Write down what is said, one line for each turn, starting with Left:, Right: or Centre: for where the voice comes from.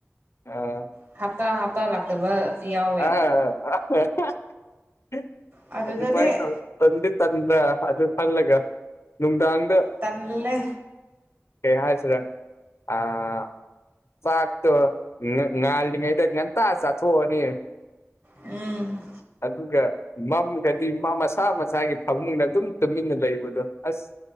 Left: ꯑꯥ
Right: ꯍꯞꯇꯥ ꯍꯞꯇꯥ ꯂꯥꯛꯇꯕ ꯌꯥꯎꯋꯦ
Left: ꯑ <unintelligible>
Right: ꯑꯗꯨꯗꯗꯤ
Left: ꯑꯗꯨ ꯃꯥꯏ ꯇꯧꯔꯣ ꯇꯟꯗꯤ ꯇꯟꯗꯔ ꯑꯗꯨ ꯈꯜꯂꯒ ꯅꯨꯡꯗꯥꯡꯗ
Right: ꯇꯜꯂꯦ
Left: ꯀꯩ ꯍꯥꯏꯁꯤꯔ ꯑꯥ ꯆꯥꯛꯇꯣ ꯉꯥ ꯉꯥꯜꯂꯤꯉꯩꯗ ꯉꯥꯟꯇ ꯆꯥꯊꯥꯛꯑꯅꯤ
Right: ꯎꯝ
Left: ꯑꯗꯨꯒ ꯃꯝꯒꯗꯤ ꯃꯥ ꯃꯁꯥ ꯃꯁꯥꯒꯤ ꯐꯃꯨꯡꯗ ꯑꯗꯨꯝ ꯇꯨꯃꯤꯟꯅ ꯂꯩꯕꯗꯣ ꯑꯁ